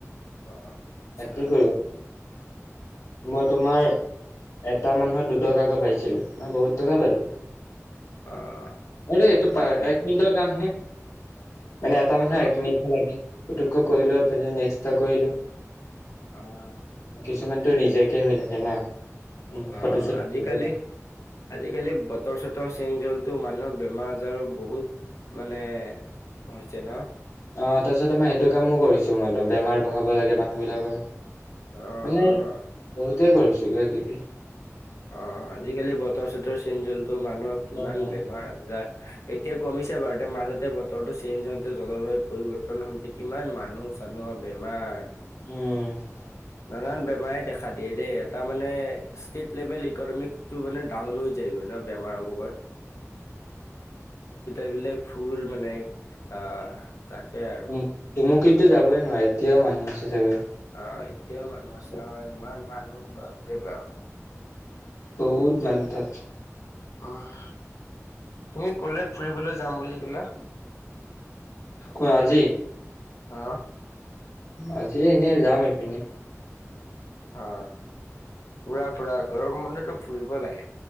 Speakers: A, on the left; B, on the left.
A: অহ-আচ্ছা
B: বাকী কৰিবা মই তোমাৰ এটা মানুহৰ দুটকাকৈ পাইছিলোঁ, মই বহুত টকা পালোঁ।
A: অ',
B: আৰে এইটো
A: তাকে
B: প এক মিনিটৰ কাম হে। <unintelligible> মানে এটা
A: অ',
B: মানুহৰ এক মিনিটে লাগে, পটুককৈ কৰিলো আৰু পিছত নেক্সটা কৰিলো। <unintelligible>
A: আহ
B: কিছুমানতটো ৰিজেক্টেই হৈ থাকে না। উম ফটো
A: অহ
B: চটো
A: -আজি-কালি
B: হৈ পেলাই।
A: আজি-কালি বতৰ চতৰ চেন হ'লটো মানুহৰ বেমাৰ আজাৰো বহুত মানে হৈছে ন।
B: অহ তাৰপিছত মই সেইটো কামো কৰিছো মইতো, বেমাৰ বঢ়াব লাগে মানুহ বিলাকৰ।
A: অ',
B: মানে
A: অ',
B: বহুতে কৰিছো কিবা কিবি।
A: আহ আজিকালি বতৰ চতৰ চেঞ্জ্ হ'লতো, মানুহৰ কিমান
B: অ উম
A: বেমাৰ আজাৰ এতিয়া কমিছে বাৰু তে মাজতে বতৰটো চেঞ্জ হওঁতে, জলবায়ু পৰিবৰ্তন হওঁতে কিমান মানুহ চানুহৰ বেমাৰ
B: উম
A: না-নান বেমাৰে দেখা দিয়ে দেই, এটা মানে লেভেল ইকনমিক্স টো মানে ডাউন হৈ যায়গৈ ন বেমাৰ কোবত এবিলাক ফুল মানে আহ তাকে আৰু
B: ম তুমুকিন্তোযাবই নোৱাৰাৰে এতিয়াও মানুহছে চাগৈ
A: অ এতিয়াও মানুহ আছে হয়, ইমান মানুহ বাপ ৰে বাপ।
B: বহুত মানুহ তাত।
A: উহ তুমি ক'লে ফুৰিবলৈ যাম বুলি কলা?
B: কোৱা আজি
A: অহ
B: আজি এনে যাম এপিনে
A: অ ফুৰা ফুৰা গৰম বন্ধটোত ফুৰিব লাগে